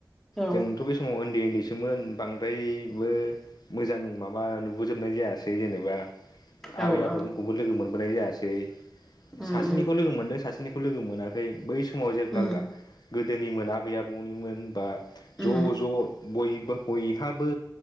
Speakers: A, in the centre; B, on the left (about 60°).
A: औ
B: जोंथ' बे समाव उन्दै उन्दै सो सोमोन बांद्रायबो मोजां माबा नुबोजोबनाय जायासै जेनेबा
A: औ
B: आबै आबौमोनखौबो
A: औ
B: लोगो मोनबोनाय जायासै
A: उम
B: सासेनिखौ
A: उम
B: लोगो मोनदों सासेनि खौ लोगोमोनाखै बै समाव जेब्ला
A: उम
B: गोदोनिमोन आबै आबौनिमोन बा
A: उम
B: ज' ज' बयबो बयहाबो